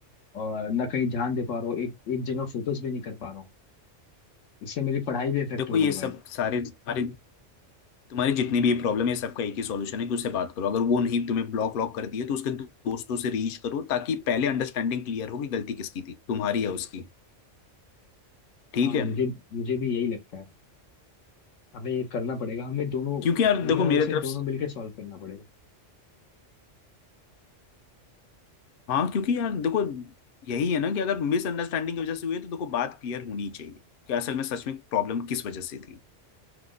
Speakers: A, on the left; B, on the left.
A: और ना कहीं ध्यान दे पा रहा हूँ एक एक जगह फोकस भी नहीं कर पा रहा हूँ इससे मेरी पढ़ाई भी इफेक्ट
B: देखो
A: हो
B: ये
A: रही है
B: सब
A: भाई
B: सारे तुम्हारे तुम्हारी जितनी भी ये प्रॉब्लम है सबका एक ही सॉल्यूशन है कि उससे बात करो अगर वो नहीं तुम्हें ब्लॉक व्लॉक कर दिए तो उसके दो- दोस्तों से रीच करो ताकि पहले अंडरस्टैंडिंग क्लियर हो कि गलती किसकी थी तुम्हारी या उसकी ठीक
A: हाँ
B: है
A: मुझे मुझे भी यही लगता है हमें ये करना पड़ेगा हमें दोनों
B: क्योंकि यार
A: हमें
B: देखो
A: और
B: मेरे
A: इसे
B: तरफ से
A: दोनों मिलकर सॉल्व करना पड़ेगा
B: हाँ क्योंकि यार देखो यही है ना कि अगर मिसअंडरस्टैंडिंग की वजह से हुई है, तो देखो बात क्लियर होनी चाहिए कि असल में सच में प्रॉब्लम किस वजह से थी